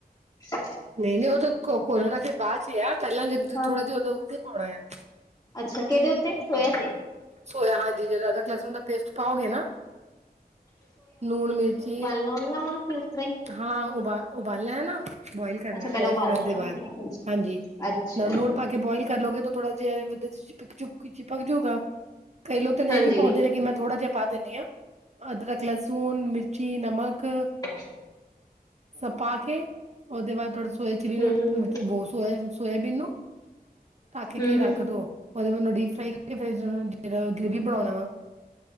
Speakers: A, on the left; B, on the right.
A: ਹ
B: ਨਹੀਂ ਨਹੀਂ ਉਹ ਤਾਂ ਘੋਲਨਾ ਚ ਬਾਅਦ ਚ ਆ ਪਹਿਲਾਂ ਜ
A: ਹਾਂ।
B: ਥੋੜ੍ਹਾ ਜਿਹਾ ਉਹੋਂ ਉੱਥੇ ਪਾਉਣਾ ਆ
A: ਅੱਛਾ ਕਿਹਦੇ ਸੋਇਆ ਤੇ
B: ਸੋਇਆ ਹਾਂਜੀ ਜਿਹੜਾ ਅਦਰਕ ਲਸਣ ਦਾ ਪੇਸਟ ਪਾਓਗੇ ਨਾ ਲੂਣ ਮਿਰਚੀ
A: ਲ ਮੀ ਉਸ ਤਰ ਹੀ
B: ਹਾਂ ਉਬਾਲ ਉਬਾਲਣਾ ਹੈ ਨਾ ਬੋਇਲ ਕਰਨਾ
A: ਅੱਛਾ ਪਹਿਲਾਂ
B: ਬੁਇਲ
A: ਉਬਾਲਣਾ
B: ਕਰਨ ਦੇ
A: ਹੈ ਨਾ
B: ਬਾਅਦ ਹਾਂਜੀ।
A: ਅੱਛਾ
B: ਨੂਣ ਪਾ ਕੇ ਬੋਇਲ ਕਰ ਲਓਗੇ ਤਾਂ ਥੋੜਾ ਜਿਹਾ ਚਪ ਚੁਪਕ ਚਿਪਕ ਜਾੂਗਾ। ਕਈ ਲੋਕ ਤਾਂ
A: ਹਾਂਜੀ
B: ਇਹ ਵੀ ਪਾਉਂਦੇ ਨੇ ਕਿ ਮੈਂ ਥੋੜ੍ਹਾ ਜਿਹਾ ਪਾ ਦਿੰਦੀ ਹਾਂ। ਅਦਰਕ ਲਸੂਣ ਮਿਰਚੀ ਨਮਕ
A: ਅੱ
B: ਸ ਪਾ ਕੇ ਉਹਦੇ ਬਾਅਦ ਥੋੜਾ ਸੋਏ ਚਿਲੀ
A: ਹੂੰ
B: ਨੂੰ
A: ਹੂੰ
B: ਸੋਇ ਸੋਇਬੀਨ ਨੂੰ ਤਾਂ ਕੇ
A: ਹੂੰ
B: ਕੀ
A: ਹੂੰ
B: ਰੱਖਦੋ? <unintelligible>